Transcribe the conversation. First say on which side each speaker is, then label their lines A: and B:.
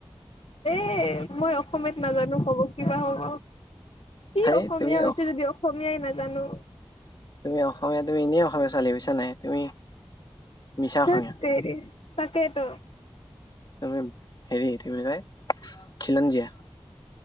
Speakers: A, on the left; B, on the left.
A: এ মই অসমীয়ত নাজানো কব কিবা হ'ব। স
B: হেই
A: অসমীয়া
B: তুমি
A: হৈছে
B: অ
A: যদি অসমীয়াই নাজানো।
B: তুমি অসমীয়া তুমি এনেই অসমীয়া ছোৱালী বুইছা নে নাই তুমি মিছা অসমীয়া
A: থ তেৰি তাকেইটো।
B: ত হেৰি কি বুলি কয় খিলঞ্জীয়া।